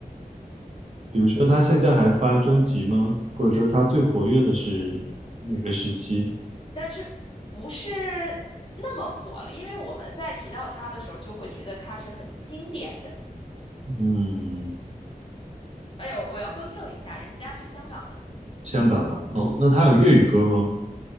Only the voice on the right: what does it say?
比如说，他现在还发专辑吗？
或者说，他最活跃的是哪个时期？
嗯，
香港的。哦，那他有粤语歌吗？